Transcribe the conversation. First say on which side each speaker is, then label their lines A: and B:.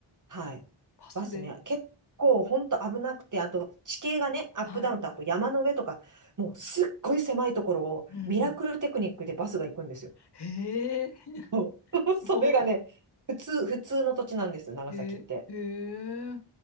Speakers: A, on the right (about 40°); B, on the left (about 55°).
A: はい。
B: パスで。
A: バスね、結構本当危なくて、あと地形がね、アップダウンと、
B: はい。
A: あと山の上とか、もうすっごい狭いところをミラクルテクニックでバスが行くんですよ。
B: うんうん。へえ、
A: そう <laughs>
B: すご
A: それがね、普通、普通の土地なんです、長崎って。
B: い。えー、へえ、